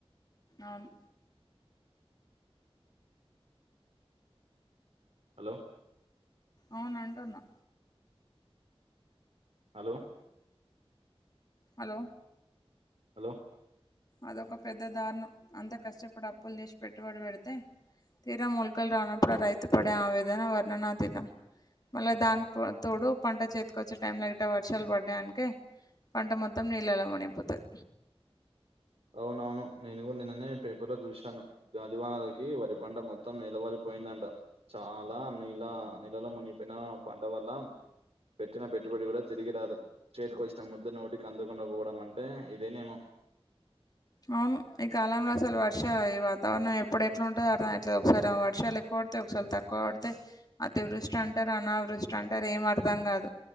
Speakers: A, on the left (about 40°); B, on the right (about 75°).
A: ఆవును
B: హలో
A: అవును అంటున్నా
B: హలో
A: హలో
B: హలో
A: అదొక పెద్ద దారుణం అంత కష్టపడి అప్పులు తెచ్చి పెట్టుబడి పెడితే తీర ముల్కలు రానప్పుడు రైతు పడే ఆవేదన వర్ణనాతీతం మళ్ళా దానికి తోడు పంట చేతికి వచ్చే టైంలో అయితే వర్షాలు పడ్డానికి పంట మొత్తం నీళ్ళలో మునిగిపోతది
B: అవునవును నేను నిన్ననే పేపర్లో చూశాను గాలి వానలకి వరి పంట మొత్తం నిలవలి పోయిందంట చాలా నీళ నీళ్ళలో మునిగిపోయిన పంట వల్ల పెట్టిన పెట్టుబడి కూడా తిరిగి రాదు చేతికి వచ్చిన ముద్ద నోటికి అందకుండా పోవడం అంటే ఇదేనేమో
A: అవును ఈ కాలంలో అసలు వర్ష ఈ వాతావరణం ఎప్పుడు ఎట్లా ఉంటుందో అట్లా ఒకసారి వర్షాలు ఎక్కువ పడితే ఒకసారి తక్కువ పడితే అతి వృష్టి అంటారు అనావృష్టి అంటారు ఏం అర్థం కాదు